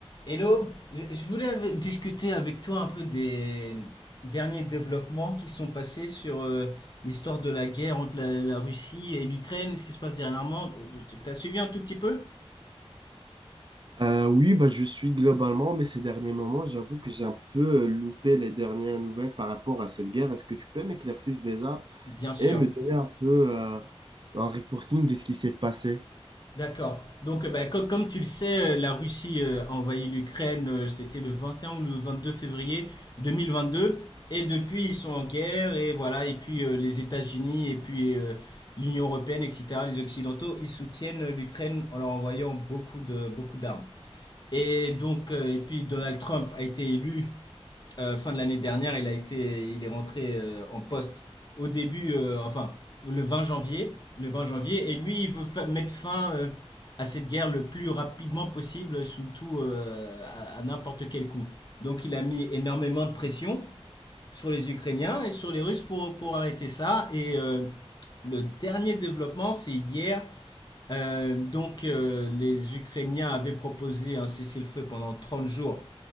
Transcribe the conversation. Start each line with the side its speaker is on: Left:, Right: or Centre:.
Left: Hello, je, je voulais ave- discuter avec toi un peu des derniers développements qui sont passés sur euh, l'histoire de la guerre entre la, la Russie et l'Ukraine, ce qui se passe dernièrement. Euh, t- T'as suivi un tout petit peu?
Right: Euh, oui, bah, je suis globalement, mais ces derniers moments, j'avoue que j'ai un peu euh, loupé les dernières nouvelles par rapport à cette guerre. Est-ce que tu peux m'éclaircir déjà
Left: Bien sûr.
Right: et me donner un peu euh, un reporting de ce qui s'est passé?
Left: D'accord. Donc, euh, bah, co- comme, tu le sais, euh, la Russie euh, a envahi l'Ukraine, euh, c'était le 21 ou le 22 février 2022. Et depuis, ils sont en guerre. Et voilà. Et puis, euh, les États-Unis et puis euh, l'Union européenne, etc., les Occidentaux, ils soutiennent euh, l'Ukraine en leur envoyant beaucoup de, beaucoup d'armes. Et donc, euh, et puis Donald Trump a été élu euh, fin de l'année dernière, il a été, il est rentré euh, en poste au début, euh, enfin le 20 janvier, le 20 janvier, et lui il veut fa- mettre fin euh, à cette guerre le plus rapidement possible, sous tout euh, à, à n'importe quel coup. Donc il a mis énormément de pression sur les Ukrainiens et sur les Russes pour pour arrêter ça. Et euh, le dernier développement, c'est hier euh, donc, euh, les Ukrainiens avaient proposé un cessez-le-feu pendant 30 jours